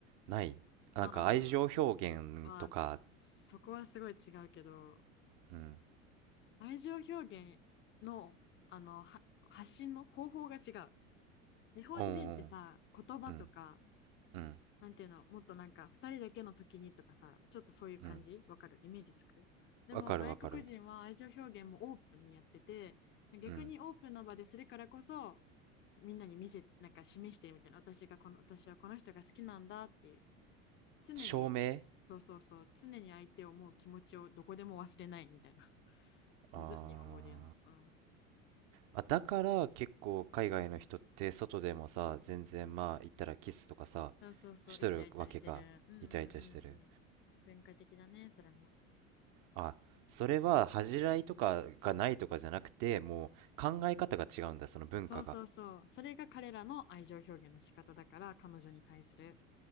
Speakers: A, on the right; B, on the left.
A: ないなんか、
B: まあ。
A: 愛情表現とか、
B: はそそこはすごい違うけど
A: うん。
B: 愛情表現のあのは発信の方法が違う日本人ってさ言葉とか
A: うんうん、うん、うん、
B: なんていうのもっとなんか2人だけの時にとかさちょっとそういう感じわかるイメージつくでも外国人は愛情表現もオープンにやってて逆にオープンの場でするからこそ
A: うん。わかるわかる。うん。
B: みんなに見せなんか示してるみたいな私がこの私はこの人が好きなんだっていう常に
A: 証明
B: そうそうそう常に相手を思う気持ちをどこでも忘れないみたいな
A: ああー。
B: むずっ、日本語で言うの。うん。
A: あ、だから結構海外の人って外でもさ、全然まあ言ったらキスとかさ、
B: そうそうそう、
A: しとるわけか。
B: イチャイチャしてる。うんうんうんうん。
A: イチャイチャしてる。
B: 文化的だね、それも。
A: あ、それは恥じらいとかがないとかじゃなくて、もう考え方が違うんだ、その文化が。
B: そうそうそう。それが彼らの愛情表現の仕方だから、彼女に対する、